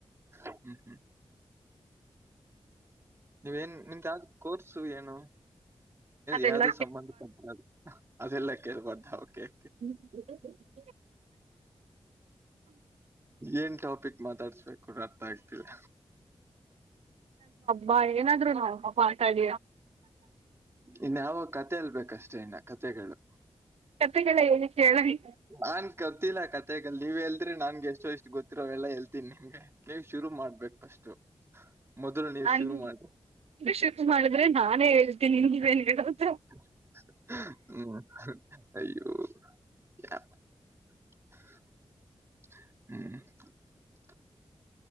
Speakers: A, on the right; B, on the right.
A: ಹ ಹ್ಮ್ ಹ್ಮ್. ನೀವೇನ್ ನಿಮ್ದಾವ ಕೋರ್ಸು ಏನು.
B: ಅದೆಲ್ಲ
A: ಯಾವ್ದು ಸಂಬಂಧಪಟ್ಟ ಅದೆಲ್ಲ ಕೇಳ್ಬಾರ್ದಕೆ..
B: ಹ.
A: ಏನ್. ಟಾಪಿಕ್ ಮಾತಾಡ್ಸ್ಬೇಕು ರರ್ಥ ಆಗ್ತಿದೆ..
B: ಬಾ ಏನಾದ್ರು ನಾ ಪಾತಾಡ..
A: ಇನ್ಯಾವ ಕತೆಲ್ಬೇಕಷ್ಟೇ ಇನ್ನ ಕತೆಗಳು..
B: ಕತೆಗಳ ಹೇಳಿ ಕೇಳಲಿ
A: ನನ್ ಗತಿಲ್ಲ ಕತೆಗ ನೀವ ಎಲ್ ನನ್ಗೆ ಎಷ್ಟೋ ಇಷ್ಟ. ಗೊತ್ತಿರೋ ಎಲ್ಲ ಹೇಳ್ತೀನ್ ನಿಮಗೆ ನೀವ್ ಶುರು ಮಾಡ್ಬೇಕಕ್ ಫಸ್ಟ್.. ಮದುರ ನೀ
B: ನಾನ್
A: ಶುರು ಮಾಡ..
B: ಶುರು ಮಾಡಿದ್ರೆ ನಾನೇ
A: ಹ್ಮ್..
B: ಹೇಳ್ತೀನಿ ನೀವೇನ್ ಹೇಳೋದು
A: ಹ್ಮ್..